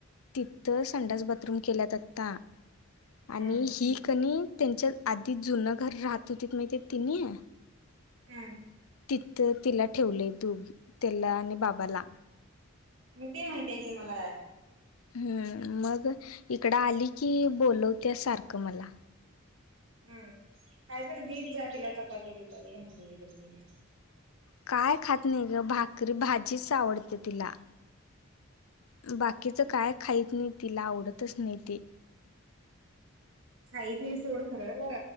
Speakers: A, on the left (about 80°); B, on the right (about 60°).
A: तिथं संडास बाथरूम केल्यात आत्ता
B: हम्म
A: आणि ही कणी त्यांच्या आधी जुनं घर राहत हुतीत माहिती तिनं
B: हम्म
A: तिथं तिला ठेवलंय दुब त्येला आणि बाबाला
B: मग ते माहिती आहे की मला
A: हम्म मग इकडं आली की बोलवत्या सारखं मला
B: काहीतरी दित जा तिला चपाती बीपाती भाकरी बिकरी केलीस
A: काय खात नाई गं भाकरी भाजीच आवडते तिला बाकीचं काय खाईत नाही तिला आवडतच नाही ते
B: खाईत नाई सोड खरं